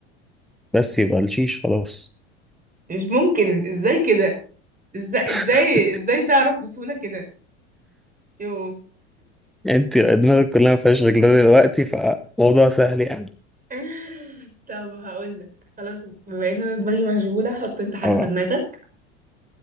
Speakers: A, in the centre; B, on the right.
A: بس يبقى الشيش خلاص
B: مش ممكن ازاي كده ازاي
A: <laughs>
B: ازاي ازاي تعرف بسهولة كده يو
A: انت دماغك كلها ما فيهاش غير ده دلوقتي فموضوع سهل يعني
B: <laughs> طب هقولك خلاص بما ان انا دماغي مشغولة حط انت حاجة
A: اه
B: في دماغك